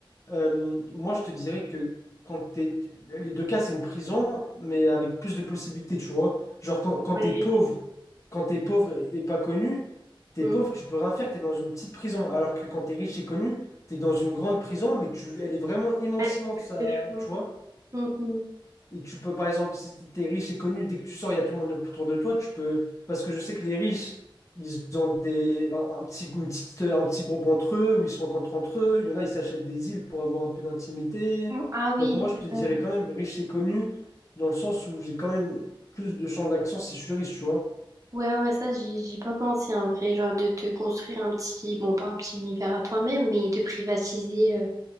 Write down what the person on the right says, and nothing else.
Ouais,
j'ai-
hmm.
Ouais, tomate
de chou.
Mhm.
Ah oui,
c'est
vrai.
Ouais, ouais, ouais, ça, j'y j'y ai pas pensé en vrai, genre de te construire un petit, bon, pas un petit univers à toi-même, mais de privatiser euh,